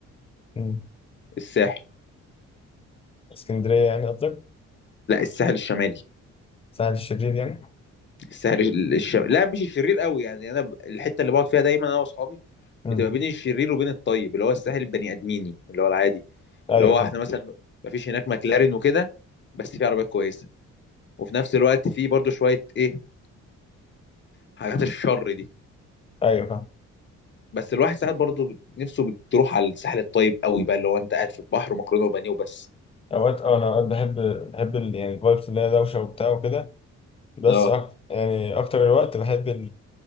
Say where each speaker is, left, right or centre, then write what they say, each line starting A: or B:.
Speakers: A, on the left; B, on the left.
A: مم.
B: الساحل
A: اسكندريه يعني قصدك
B: لا الساحل الشمالي
A: سهل الشرير يعني
B: السهر الش... لا مش الشرير قوي يعني انا ب- الحته اللي بقعد فيها دايما انا واصحابي
A: مم.
B: بتبقى بين الشرير وبين الطيب اللي هو الساحل البني ادميني اللي هو العادي
A: ايوه
B: اللي هو
A: فاهم
B: احنا مثلا مفيش هناك ماكلارين وكده بس في عربيات كويسه وفي نفس الوقت في برضو شويه ايه حاجات الشر دي
A: ايوه فاهم
B: بس الواحد ساعات برضو نفسه بتروح على الساحل الطيب قوي بقى اللي هو انت قاعد في البحر ومكرونه وبانيه وبس
A: اوقات اه انا اوقات بحب بحب ال- يعني الفايبس اللي هي دوشه وبتاع وكده بس
B: اه
A: أك... يعني اكتر الوقت بحب